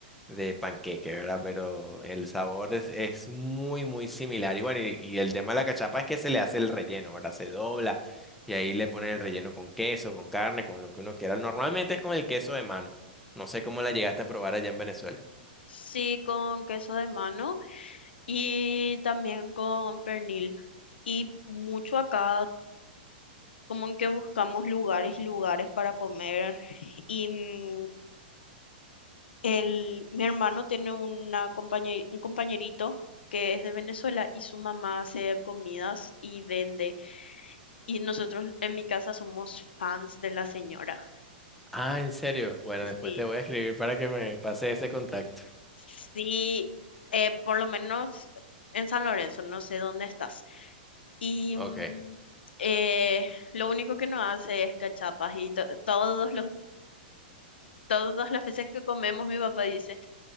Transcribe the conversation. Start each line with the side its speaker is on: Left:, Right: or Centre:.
Centre: de panqueque, ¿verdad? Pero el sabor es, es muy, muy similar. Y bueno, y, y el tema de la cachapa es que se le hace el relleno, ¿verdad? Se dobla y ahí le ponen el relleno con queso, con carne, con lo que uno quiera. Normalmente es con el queso de mano. No sé cómo la llegaste a probar allá en Venezuela.
Left: Sí, con queso de mano y también con pernil. Y mucho acá, como que buscamos lugares y lugares para comer. Y mm, El, mi hermano tiene una compañe- un compañerito que es de Venezuela y su mamá hace comidas y vende. Y nosotros en mi casa somos fans de la señora.
Centre: Ah, ¿en serio? Bueno,
Left: Sí,
Centre: después te voy a escribir para que me pase ese contacto.
Left: sí, eh, por lo menos en San Lorenzo, no sé dónde estás. Y
Centre: Ok.
Left: mm, eh, lo único que nos hace es cachapas y to- todos los, todas las veces que comemos, mi papá dice.